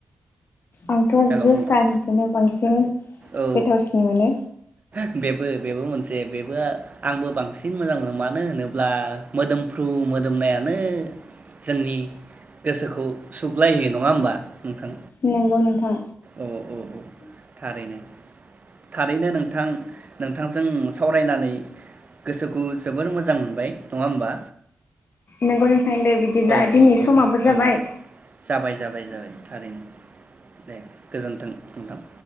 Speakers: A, on the left; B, on the right.
A: आंथ'
B: हेल'
A: जोसाहानिखौनो
B: नोंथां
A: बांसिन <unintelligible>
B: औ
A: गोथावसिन मोनो।
B: बेबो बेबो मोनसे बेबो आंबो बांसिन मोजां मोनो मानो होनोब्ला मोदोमफ्रु मोदोमनायानो जोंनि गोसोखौ सुग्लायहोयो नङा होमबा नोंथां।
A: नोंगौ नोंथां
B: अह औ औ थारैनो थारैनो नोंथां नोंथांजों सावरायनानै गोसोखौ जोबोर मोजां मोनबाय नङा होमबा
A: नोंगौ नोंथां दे बिदिब्ला
B: औ
A: दिनै
B: औ औ
A: समाबो
B: औ
A: जाबाय।
B: जाबाय जाबाय जाबाय थारैनो दे। गोजोन्थों नोंथां।